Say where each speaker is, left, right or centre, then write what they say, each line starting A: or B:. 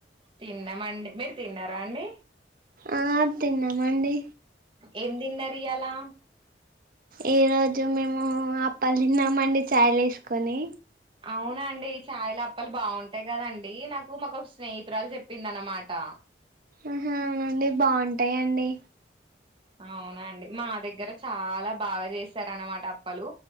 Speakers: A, on the right; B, on the right.
A: తిన్నామండి మీరు తిన్నారా అండి
B: ఆ తిన్నాం అండి
A: ఏం తిన్నారు ఇయ్యలా
B: ఈ రోజు మేము అప్పలు తిన్నాంమండి చాయిల ఎసుకొని
A: అవునండి చాయిల అప్పలు బాగుంటాయి కదండి నాకు మాకు ఒక స్నేహితురాలు చెప్పింది అనమాట ఆ
B: ఆహ అవునండి బాగుంటాయండి
A: అవునండి మా దగ్గర చాలా బాగా చేస్తరు అనమాట అప్పలు